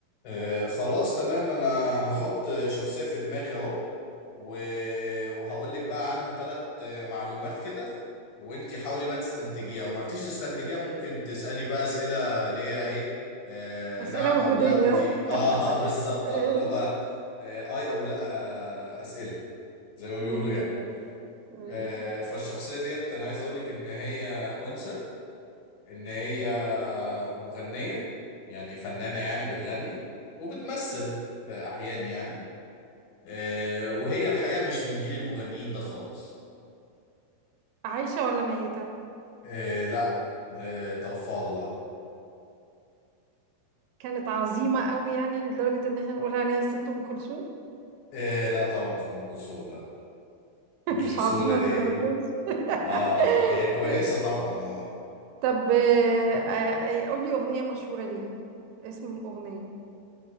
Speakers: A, on the left (about 65°); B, on the right (about 80°).
A: آه خلاص تمام انا هحط شخصية في دماغي اهو و... وهقول لك بقى عنها ثلاث معلومات كده وانتي حاولي بقى تستنتجيها ما عرفتيش تستنتجيها ممكن تسألي بقى أسئلة اللي هي ايه آه
B: أسئلة
A: نعم
B: وجودية
A: او لا دي اه
B: <laughs>
A: <laughs> بالظبط
B: ماشي
A: آه، اللي هو آه اي او لا آه أسئلة زي ما بيقولوا
B: ماشي
A: يعني
B: يلا ماشي
A: آه فالشخصية ديت انا عايز اقول لك ان هي أنثى ان هي مغنية يعني فنانة يعني بتغني وبتمثل في احيان يعني آه، وهي الحقيقة مش من جيل المغنيين ده خالص
B: عايشة ولا ميتة
A: آه، لا آه، توفى الله
B: كانت عظيمة قوي يعني لدرجة ان احنا نقول عليها الست ام كلثوم
A: آه، لا طبعا مش ام كلثوم لا
B: <laughs>
A: مش
B: مش
A: بالسهولة
B: عظيمة
A: دي
B: للدرجة
A: اه
B: دي <laughs>
A: آه، هي كويسة طبعا اه
B: طب آه، آه، قولي أغنية مشهورة ليها اسم أغنية